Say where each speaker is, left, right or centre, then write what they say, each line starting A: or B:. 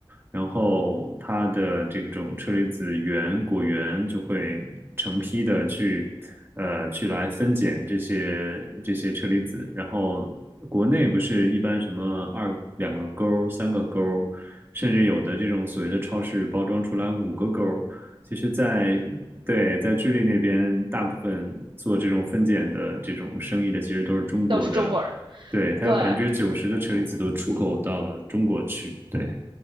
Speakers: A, on the right; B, on the right.
A: 然后它的这种车厘子园果园就会成批的去呃去来分拣这些这些车厘子，然后国内不是一般什么二两个钩儿三个钩儿甚至有的这种所谓的超市包装出来五个钩儿其实在，对，在智利那边，大部分做这种分拣的这种生意的，其实都是中国的。
B: 都是中国人。
A: 对，它有百分之九十的车厘子都出口到了中国去。
B: 对，
A: 对，